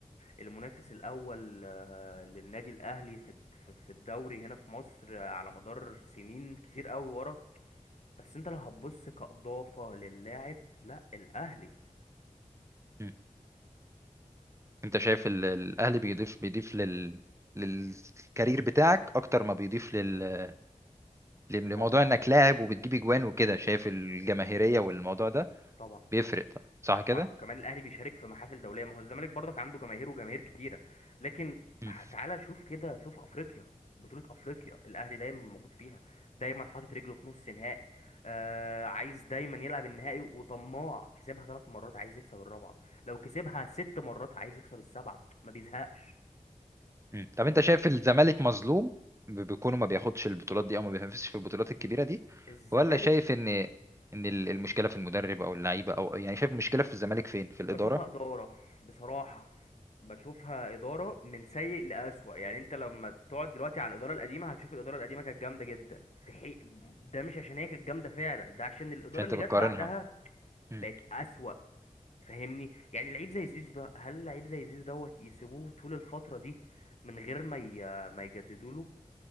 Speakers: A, on the left (about 55°); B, on the right (about 20°).
A: المنافس الاول آه، للنادي الاهلي في الد- في في الدوري هنا في مصر آه، على مدار سنين كتير قوي ورا بس انت لو هتبص كإضافة للاعب لا الاهلي
B: مم. انت شايف ال- الاهلي بيضيف بيضيف لل للكارير بتاعك اكتر ما بيضيف لل... لموضوع
A: طبعا
B: انك لاعب وبتجيب اجوان وكده شايف الجماهيريه والموضوع ده
A: طبعا
B: بيفرق طبعا، صح كده
A: طبعا وكمان الاهلي بيشارك في محافل دوليه ما هو الزمالك برضك عنده جماهير وجماهير كتيره لكن
B: مم.
A: ه- تعالى شوف كده شوف افريقيا بطوله افريقيا الاهلي دايما موجود فيها دايما حاطط رجله في نص نهائي آه عايز دايما يلعب النهائي وطماع كسبها ثلاث مرات عايز يكسب الرابعه لو كسبها ست مرات عايز يكسب السبعه ما بيزهقش
B: مم. طب انت شايف الزمالك مظلوم ب- بكونه ما بياخدش البطولات دي او ما بينافسش في البطولات الكبيره دي
A: الزمالك
B: ولا شايف ان ان ال- المشكله في المدرب او اللعيبه او يعني شايف المشكله في الزمالك فين في الاداره
A: بشوفها إدارة بصراحة بشوفها إدارة من سيء لأسوأ يعني أنت لما تقعد دلوقتي على الإدارة القديمة هتشوف الإدارة القديمة كانت جامدة جدا في حي... ده مش عشان هي كانت جامدة فعلا ده عشان الإدارة
B: مش انت
A: اللي
B: بتقارنها
A: جت بعدها
B: مم.
A: بقت أسوأ فاهمني يعني لعيب زي زيزو ده هل لعيب زي زيزو دوت يسيبوه طول الفترة دي من غير ما ي... ما يجددوا له